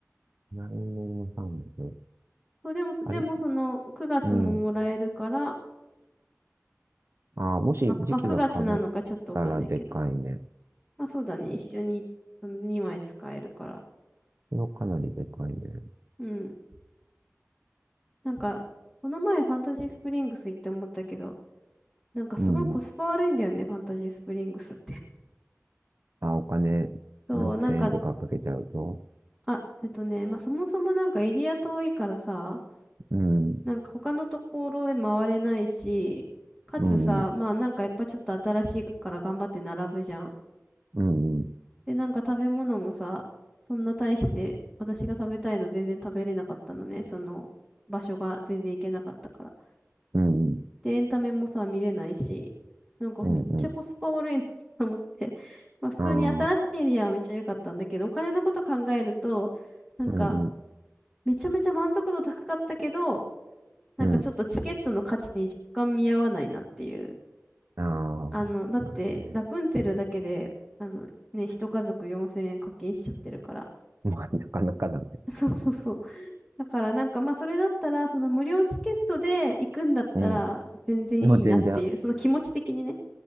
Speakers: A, on the right (about 55°); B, in the centre.
A: 来年の3月。
B: そう、でも、でもその9月ももらえるから、
A: あれ、うん。ああ、もし時期が被っ
B: ま、まあ、9月なのかちょっとわかんないけど。
A: たらでかいね。
B: まあそうだね、一緒に2枚使えるから。
A: それはかなりでかいね。
B: うん。なんか、この前ファンタジースプリングス行って思ったけど、なんかすごいコスパ悪いんだよね、
A: うん。
B: ファンタジースプリングスって。
A: あ、お金6000円とかかけちゃうと。
B: <laughs> そう、なんか、あ、えっとね、まあそもそもなんかエリア遠いからさ、
A: うん、
B: なんか他のところへ回れないし、かつさ、
A: うん、うん、
B: まあなんかやっぱちょっと新しいから頑張って並ぶじゃん。
A: うん、
B: で、なんか食べ物もさ、そんな大して私が食べたいの全然食べれなかったのね。その場所が全然行けなかったから。
A: うん、
B: で、エンタメもさ、見れないし、なんかめっちゃコスパ悪いな
A: うん、
B: <laughs> と思って。<laughs> まあ普通に新しいエリアはめっちゃ良かったんだけど、
A: ああー、
B: お金のこと考えると、なんか
A: うん、うん、
B: めちゃめちゃ満足度高かったけど、なんかちょっとチケットの価値に若干見合わないなっていう。
A: うん、ああ、
B: あの、だって、
A: まあね。
B: ラプンツェルだけで、あの、ね、一家族4000円課金しちゃってるから。
A: <laughs> まあ、なかなかだね。
B: <laughs> そうそうそう。だからなんかまあそれだったら、その無料チケットで行くんだったら全然いいなっていう、
A: うん。まあ、全然。
B: その気持ち的にね。